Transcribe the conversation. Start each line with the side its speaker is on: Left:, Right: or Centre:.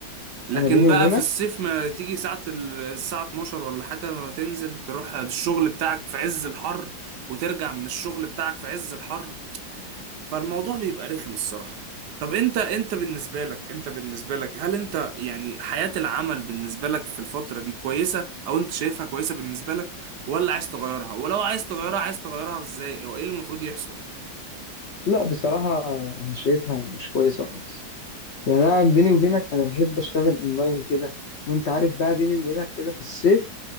Right: لكن
Left: انا بيني
Right: بقى
Left: وبينك
Right: في الصيف ما تيجي ساعة ال- الساعة 12 ولا حاجة ما تنزل تروح الشغل بتاعك في عز الحر وترجع من الشغل بتاعك في عز الحر فالموضوع بيبقى رخم الصراحة طب انت انت بالنسبة لك انت بالنسبة لك هل انت يعني حياة العمل بالنسبة لك في الفترة دي كويسة او انت شايفها كويسة بالنسبة لك ولا عايز تغيرها ولو عايز تغيرها عايز تغيرها ازاي وايه المفروض يحصل
Left: لا بصراحه انا شايفها مش كويسه خالص يعني انا بيني وبينك انا بحب اشتغل اونلاين كده وانت عارف بقى بيني وبينك كده في الصيف